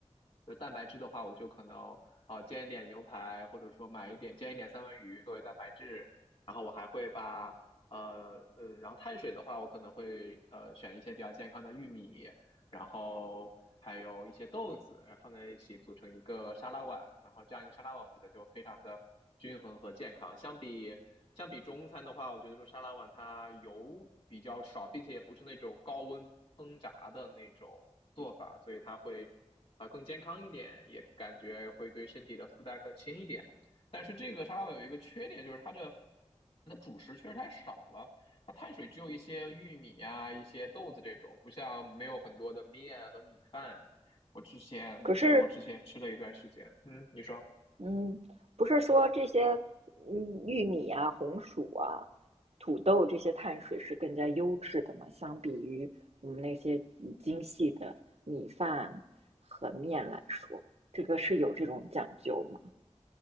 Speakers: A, on the left (about 55°); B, on the right (about 65°).
A: 就蛋白质的话，我就可能呃煎一点牛排，或者说买一点煎一点三文鱼作为蛋白质。然后我还会把呃呃，然后碳水的话，我可能会呃选一些比较健康的玉米，然后还有一些豆子，然后放在一起组成一个沙拉碗，然后这样一个沙拉碗，我觉得就非常的均衡和健康。相比相比中餐的话，我觉得这种沙拉碗它油比较少，并且也不是那种高温烹炸的那种做法，所以它会啊、呃更健康一点，也感觉会对身体的负担更轻一点。但是这个沙拉碗有一个缺点，就是它的它的主食确实太少了，那碳水只有一些玉米呀、一些豆子这种，不像没有很多的面和米饭。我之前就是我之前吃了一段时间，
B: 可是
A: 嗯，你说？
B: 嗯，不是说这些，嗯，玉米啊、红薯啊、土豆这些碳水是更加优质的嘛？相比于我们那些嗯精细的米饭和面来说，这个是有这种讲究吗？